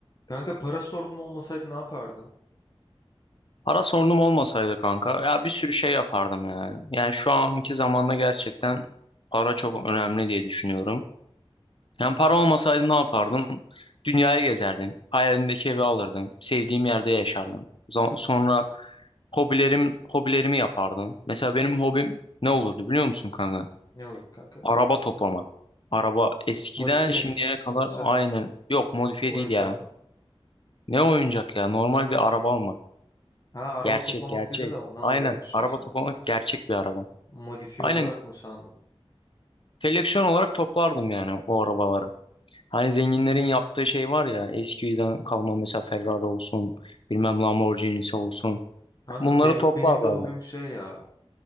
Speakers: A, on the left (about 40°); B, on the left (about 60°).
A: Kanka para sorunun olmasaydı ne yapardın?
B: Para sorunum olmasaydı kanka ya bir sürü şey yapardım yani. Yani şu anki zamanda gerçekten para çok önemli diye düşünüyorum. Yani para olmasaydı ne yapardım? Dünyayı gezerdim. Hayalimdeki evi alırdım. Sevdiğim yerde yaşardım. Zam- Sonra hobilerim hobilerimi yapardım. Mesela benim hobim ne olurdu biliyor musun kanka?
A: Ne olurdu kanka?
B: Araba toplamak. Araba eskiden
A: Modifiye
B: şimdiye
A: mi?
B: kadar
A: Yoksa
B: aynen yok modifiye
A: oyuncak
B: değil ya.
A: mı?
B: Ne oyuncak ya normal bir araba almak.
A: Ha araba
B: Gerçek
A: toplamak
B: gerçek.
A: dedin de ondan
B: Aynen.
A: dolayı şey
B: Araba
A: sandım.
B: toplamak gerçek bir araba.
A: Modifiye
B: Aynen
A: olarak mı sandım?
B: koleksiyon olarak toplardım yani o arabaları. Hani zenginlerin yaptığı şey var ya eskiden kalma mesela Ferrari olsun bilmem Lamborghini'si olsun.
A: Kanka
B: Bunları
A: be-
B: toplarlardı.
A: benim de hobim şey ya.